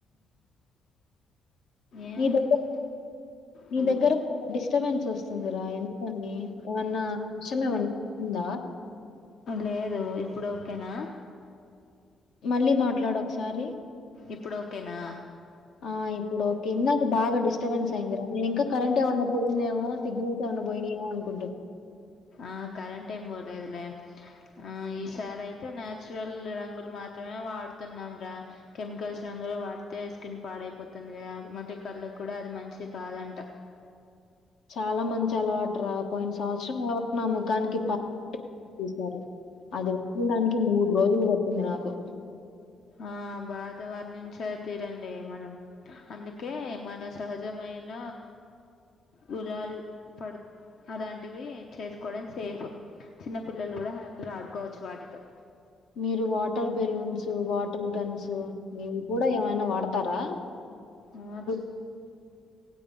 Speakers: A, on the left; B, on the left.
A: ఏముంది
B: నీ దగ్గర నీ
A: హలో
B: దగ్గర డిస్టర్బెన్స్ వస్తుందిరా ఎందుకనీ ఏమన్నా వర్షమేమన్నా ఉందా
A: లేదు ఇప్పుడు ఓకేనా
B: మళ్ళీ మాట్లాడు ఒకసారి
A: ఇప్పుడు ఓకేనా
B: ఆ ఇప్పుడు ఓకే ఇందాక బాగా డిస్టర్బెన్స్ అయిందిరా నేనింకా కరెంట్ ఏమన్న పోయిందేమో సిగ్నల్స్ ఏమన్న పోయినయేమో అనుకుంటున్
A: ఆ కరంటెం పోలేదులే ఆ ఈసారయితే నాచురల్ రంగులు మాత్రమే వాడుతున్నాం రా కెమికల్స్ రంగులు వాడితే స్కిన్ పాడైపోతుంది కదా మళ్ళీ కళ్ళక్కుడా అది మంచిది కాదంట
B: చాలా మంచి అలవాటురా పోయిన సంవత్సరమే నా ముఖానికి పూసారు అది వెళ్డానికి మూడు రోజులు పట్టింది నాకు
A: ఆ బాధ వర్ణించే తీరండి మనం అందుకే మన సహజమైన గులాలు పడుత్ అలాంటివి చేసుకోవడం సేఫ్ చిన్న పిల్లలు కూడ హ్యాపీగా ఆడుకోవచ్చు వాటితో
B: మీరు వాటర్ బెలూన్స్, వాటర్ గన్స్ ఇవి కూడా ఏమైనా వాడతారా
A: ఆ చ్
B: <unintelligible>